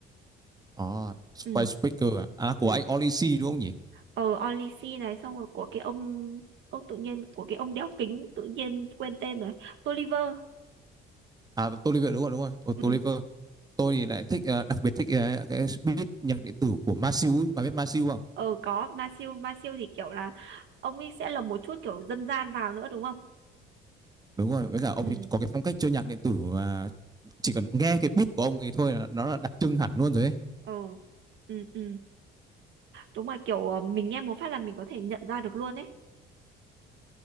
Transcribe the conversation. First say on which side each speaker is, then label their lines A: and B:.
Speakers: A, on the right; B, on the right.
A: Ờ, Spice
B: ừ.
A: Speaker à? À,
B: ừ.
A: của anh Olisi đúng không nhỉ?
B: ờ Only C này xong rồi của cái ông ô tự nhiên của cái ông đeo kính tự nhiên quên tên rồi Tolliver
A: À, Toliver, đúng rồi, đúng rồi, Tôi
B: ừ
A: Toliver. Tôi thì lại thích, ờ, đặc biệt thích, ờ, cái beat nhạc điện tử của Masiu ấy, bà biết Masiu không?
B: ờ có Ma Siêu Ma Siêu thì kiểu là ông ấy sẽ lồng một chút kiểu dân gian vào nữa đúng không
A: Đúng rồi, với cả ông
B: ừ
A: ấy có cái phong cách chơi nhạc điện tử mà chỉ cần nghe cái beat của ông ấy thôi là nó là đặc trưng hẳn luôn rồi ấy.
B: ờ ừ ừ đúng rồi kiểu ờ, mình nghe một phát là mình có thể nhận ra được luôn ấy